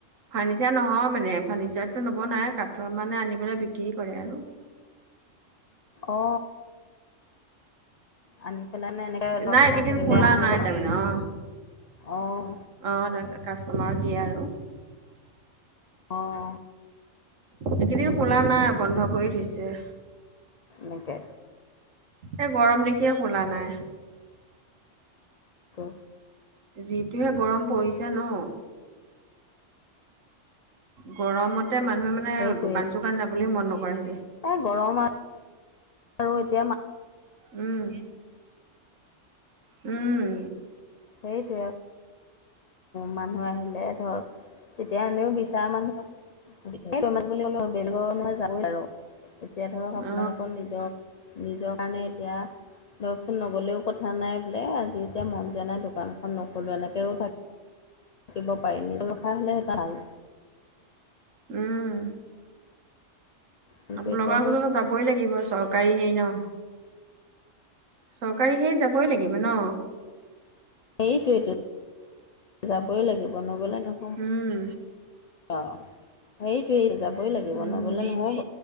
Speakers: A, on the right; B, on the left.
A: ফাৰ্নিচাৰ নহয় মানে ফাৰ্নিচাৰতটো নবনাই কাঠৰ মানে আনিবেলে বিক্ৰী কৰে আৰু।
B: অ। আনি পেলানে এনেকে ধবকা
A: নাই এইকেইদিন
B: ছিগিলে
A: খোলা
B: আনিব
A: নাই
B: পাৰ।
A: তাৰমানে অ
B: অহ।
A: অ তা কাষ্টমাৰক দিয়ে আৰু।
B: অহ।
A: এইকেইদিন খোলা নাই বন্ধ কৰি থৈছে।
B: এনেকে।
A: এ গৰম দেখিয়ে খোলা নাই।
B: অ।
A: যিটোহে গৰম পৰিছে ন। গৰমতে মানুহে মানে
B: সেইটোৱে
A: দোকান চোকান যাবলৈ মন নকৰা হৈছে।
B: এই গৰম আৰ আৰু এতিয়া মা-
A: উম। উম।
B: সেইটোৱে। মানুহ আহিলে ধৰ তেতিয়া এনেও বিচাৰ মানুহ। <unintelligible> বুলি কলেও বেলগৰ নহয়, যাৱই আৰু। এতিয়া ধৰক আপোনালোকৰ
A: অ
B: নিজৰ নিজৰ কাৰণে এতিয়া। ধৰকচোন নগ'লেও কথা নাই বোলে। আজি এতিয়া মন য নাই দোকানখন নোখোলো এনেকৈও থাক- থাকিব পাৰি নিজৰ ব্যৱসায় হ'লে সেই এটা ভাল।
A: উম।
B: কিন্তু
A: আপোনাৰ
B: এতিয়া
A: লোগৰ জন যাবই লাগিব চৰকাৰী হেৰি ন। চৰকাৰী সে যাবই লাগিব ন।
B: সেইটোৱেতো। যাবই লাগিব নগ'লে ন-
A: উম।
B: অ সেইটোৱেই যাবই লাগিব
A: উম
B: নগ'লে নহ'ব